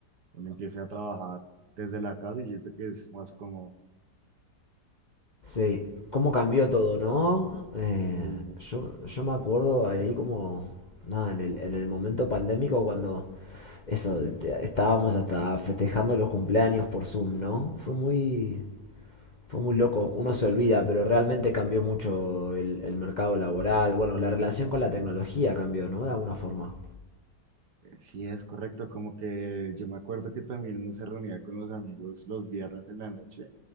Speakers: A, on the right; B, on the left.
A: uno empiece a trabajar desde la casa y siento que es más como,
B: sí. ¿Cómo cambió todo, no? Eh,
A: sí,
B: yo, yo me acuerdo ahí como, nada, en el, en el momento pandémico cuando eso, te- estábamos hasta festejando los cumpleaños por Zoom, ¿no? Fue muy, fue muy loco. Uno se olvida, pero realmente cambió mucho el, el mercado laboral. Bueno, la relación con la tecnología cambió, ¿no? De alguna forma.
A: eh, sí es correcto, como que yo me acuerdo que también uno se reunía con los amigos los viernes en la noche